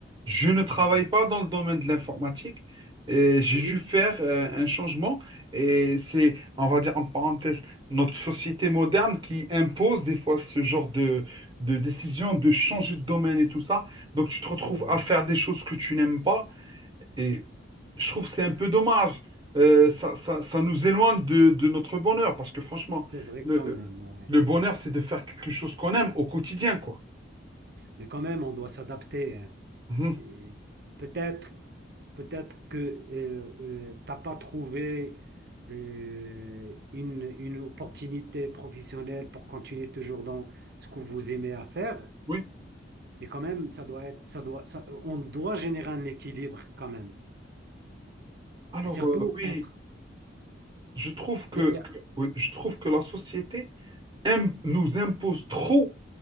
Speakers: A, on the right (about 25°); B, on the right (about 55°).
A: Je ne travaille
B: ouais.
A: pas dans le domaine de l'informatique. et J'ai
B: Oui.
A: dû faire euh, un changement et c'est, on va dire, en parenthèse, notre société moderne qui impose des fois ce genre de, de décision de changer de domaine et tout ça. Donc tu te retrouves
B: ouais.
A: à faire des choses que tu n'aimes pas et je trouve que c'est un peu dommage. Euh, ça, ça, ça nous éloigne de, de notre bonheur parce que franchement,
B: C'est vrai
A: le,
B: quand
A: le-
B: même, ouais.
A: le
B: ouais.
A: bonheur,
B: ouais.
A: c'est de faire quelque chose qu'on aime au quotidien, quoi.
B: Mais quand même, on doit s'adapter. hein.
A: Mhm.
B: Et Peut-être, peut-être que euh, euh, t'as pas trouvé euh, une, une opportunité professionnelle pour continuer toujours dans ce que vous aimez à faire.
A: Oui.
B: Mais quand même, ça doit être, ça doit, ça- on doit générer un équilibre quand même.
A: Alors,
B: Et surtout
A: euh, oui,
B: entre,
A: je trouve que,
B: il y a- il y
A: que- oui, je trouve que la société im- nous impose trop